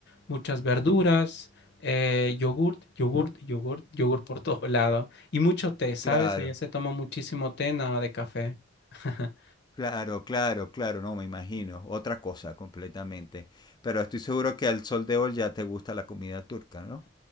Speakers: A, on the left; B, on the left.
A: muchas verduras, eh, yogurt, yogurt, yogurt, yogurt por todo lado. Y mucho té, ¿sabes?
B: Claro.
A: Allá se toma muchísimo té, nada de café. <laughs>
B: Claro, claro, claro, no me imagino, otra cosa completamente. Pero estoy seguro que al sol de hoy ya te gusta la comida turca, ¿no?